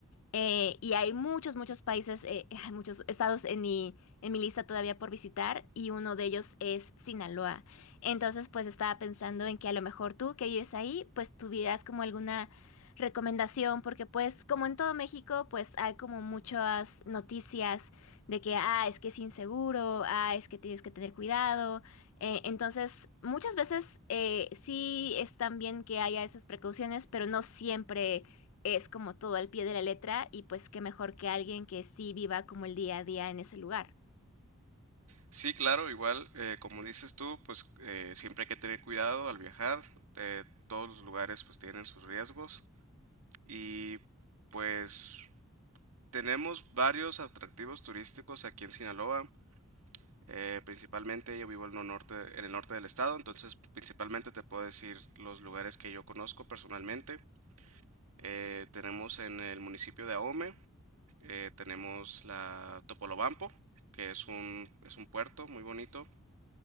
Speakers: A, on the left; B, on the right.
A: Eh, y hay muchos, muchos países, eh, <laughs> hay muchos estados en mi, en mi lista todavía por visitar y uno de ellos es Sinaloa. Entonces, pues estaba pensando en que a lo mejor tú que vives ahí, pues tuvieras como alguna recomendación, porque pues como en todo México, pues hay como muchas noticias de que, ah, es que es inseguro, ah, es que tienes que tener cuidado. Eh, entonces, muchas veces eh, sí están bien que haya esas precauciones, pero no siempre es como todo al pie de la letra y pues qué mejor que alguien que sí viva como el día a día en ese lugar.
B: Sí, claro, igual, eh, como dices tú, pues eh, siempre hay que tener cuidado al viajar. eh, todos los lugares pues tienen sus riesgos y pues tenemos varios atractivos turísticos aquí en Sinaloa. eh, principalmente yo vivo en el norte, en el norte del estado, entonces principalmente te puedo decir los lugares que yo conozco personalmente. Eh, tenemos en el municipio de Ahome, eh, tenemos la Topolobampo, que es un, es un puerto muy bonito